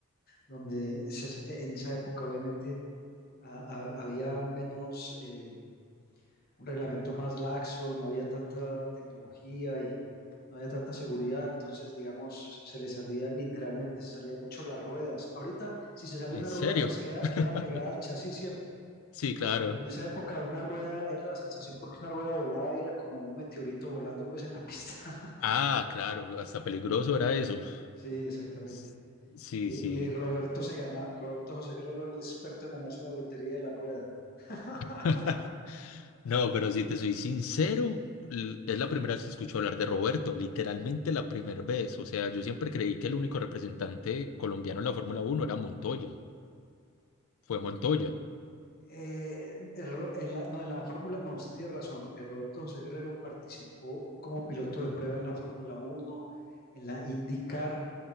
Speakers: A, on the left (about 45°); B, on the left (about 75°).
A: donde se- en esa época obviamente a- a- había menos eh, un reglamento más laxo, no había tanta tecnología y no había tanta seguridad, entonces, digamos, se le salía, literalmente se salían mucho las ruedas. Ahorita, si se sale
B: ¿En
A: una
B: serio?
A: rueda, pues queda,
B: <laughs>
A: queda pegada al chasis, ¿cierto?
B: Sí, claro.
A: Pero en esa época una rueda era la sensación porque una rueda volaba y era como un meteorito volando pues en la pista. <laughs>
B: Ah, claro, hasta peligroso era eso.
A: Sí, exactamente.
B: S- Sí,
A: Y,
B: sí.
A: y Roberto se ganaba, Roberto José Guerrero era el experto en ganarse la lotería de la rueda. <laughs>
B: <laughs> No, pero si te soy sincero, l- es la primera vez que escucho hablar de Roberto, literalmente la primera vez. O sea, yo siempre creí que el único representante colombiano en la Fórmula Uno era Montoya. Fue Montoya.
A: Eh, erro- en la, no, en la Fórmula, no, usted tiene razón. eh, Roberto José Guerrero participó como piloto de prueba en la Fórmula Uno en la IndyCar,